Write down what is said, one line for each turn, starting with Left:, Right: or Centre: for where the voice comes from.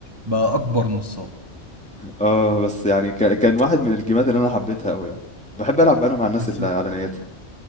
Right: بقى اكبر نصاب
Centre: آه، بس يعني ك كان واحد من الجيمات اللي أنا حبيتها أوي يعني، باحب ألعب أنا مع الناس
Right: بس
Centre: اللي على نيّتها.